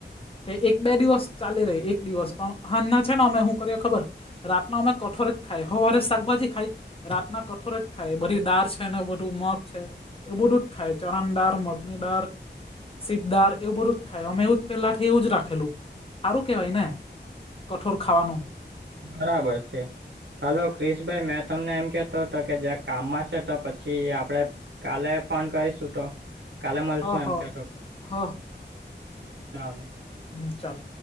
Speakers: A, on the left; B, on the right.
A: કે એક-બે દિવસ ચાલી રહી, એક દિવસ પણ હ ના છે ને, અમે હું કરીએ ખબર? રાતમાં અમે કઠોરે જ ખાય, હવારે શાકભાજી ખાય. રાતના કઠોર જ ખાય, બધી દાળ છે ને, બધું મગ છે. એવું ધુજ ખાય ચણાની દાળ, મગની દાળ. શીંગ દાળ, એવું બધું જ ખાય, અમે જ પેલાથી એવું જ સારું કેવાય ને? કઠોળ ખાવાનું.
B: બરાબર છે. હલો, ક્રિશભાઈ મેં તમને એમ કેતો હતો કે, જે કામમાં છે, તો પછી આપડે કાલે ફોન કરીશું તો. કાલે મળશું,
A: હ
B: એમ
A: હ
B: કે
A: હ
B: ચાલો.
A: હમ્મ, ચાલ.